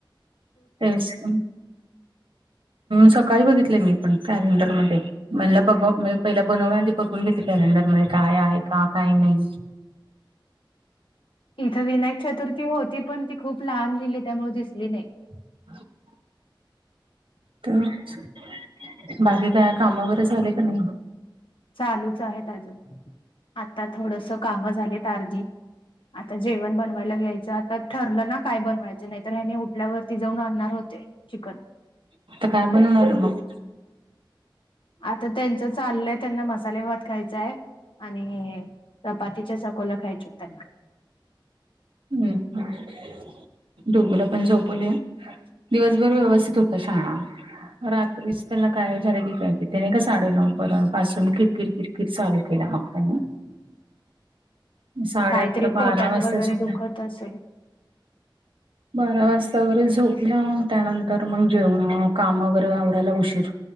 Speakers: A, on the right; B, on the left.
A: तेचं
B: <unintelligible>
A: सकाळीं बघितले मी पणं कॅलेंडरमध्यें म्हणलं बघं मं पहिला बनवण्यांआधी बघूंन घेते कॅलेंडरमध्यें कायं आहे कां कायं नाहीं
B: इथं विनायक चतुर्थी होती पणं ती खूंप लहांन लिहिली त्यामुळें ती दिसली नाहीं
A: <unintelligible> तरं बाकी कायं कामं वगैरें झाले कां नाहीं
B: चालूंच आहेतं अजूंन आंता थोडंसं कामं झालेत अर्धी आंता जेवणं बनवांयला घ्यायचं तर ठरलं ना काय बनवायचं नाही तर हे नी उठल्यावरती जाऊन आणणार होते चिकन.
A: आता काय बनवणार आहे मग?
B: आता त्यांच चाललंय त्यांना मसाले भात खायचाय. आणि चपातीच्या चकोल्या खायच्यायत त्यांना.
A: हम्म, हम्म डोबोला पण झोपोवलय ह. दिवसभर व्यवस्थित होता शाळा रात्रीच त्याला काय झालं की काय कि ते नाही का साडे नऊ पर्यंत पासून कित किरकिरकिर चालू केला मग त्यान.
B: <unintelligible>
A: साडे
B: काहीतरी
A: अकरा,
B: पोटात
A: बारा वाजता
B: वगैरे
A: झोपला.
B: दुखत <unintelligible>
A: बारा वाजता वगैरे झोपला त्यानंतर मग जेवणं काम वगैरे आवरायला उशीर